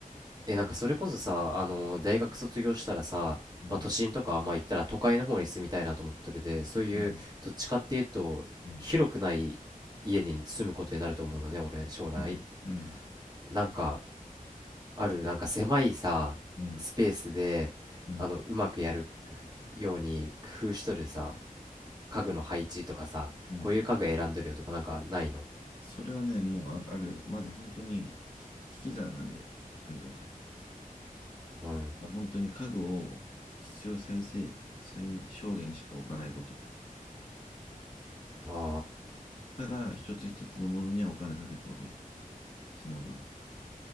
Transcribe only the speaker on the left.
うん。
うん。
うん。
うん。うん。
うん。
うん。
うん
それはね、もうああるよ。まず本当にひ引き算なんだよ。とにかく。
本当に家具を必要最低、最小限しか置かないこと。
ただ、一つ一つのものにはお金かけた方がいい。その分。